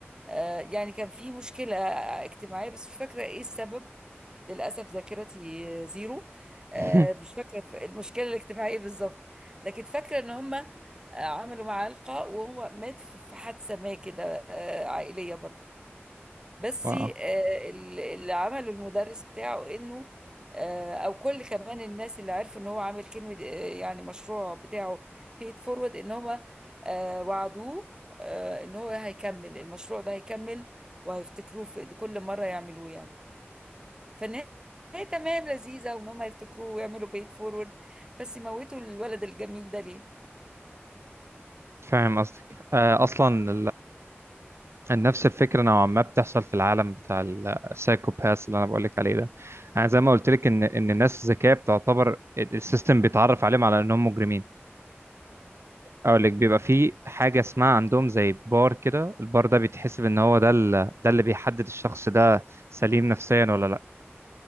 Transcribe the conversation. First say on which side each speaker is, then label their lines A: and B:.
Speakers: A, on the right; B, on the right.
A: آه، يعني كان في مشكلة اجتماعية بس مش فاكرة ايه السبب للأسف ذاكرتي زيرو آه،
B: <laughs>
A: مش فاكرة ف- المشكلة الاجتماعية بالظبط لكن فاكرة ان هم آه، عملوا معاه لقاء وهو مات في في حادثة ما كده آه، عائلية برضه بس
B: واو
A: آه، ال- اللي عمله المدرس بتاعه انه آه، او كل كمان الناس اللي عرفوا ان هو عامل كلمه آه، يعني مشروع بتاعه بيت فورورد ان هما آه، وعدوه آه، ان هو هيكمل المشروع ده هيكمل وهيفتكروه في كل مره يعملوه يعني فالنهايه تمام لذيذه وان هم يفتكروه ويعملوا بيت فورورد بس موتوا الولد الجميل ده ليه؟
B: فاهم قصدك آه، اصلا نفس الفكرة نوعا ما بتحصل في العالم بتاع السايكوباث اللي أنا بقولك عليه ده أنا زي ما قلت لك إن إن الناس ذكية بتعتبر السيستم بيتعرف عليهم على إنهم مجرمين أقول لك بيبقى في حاجة اسمها عندهم زي بار كده البار ده بيتحسب إن هو ده ال- ده اللي بيحدد الشخص ده سليم نفسيا ولا لأ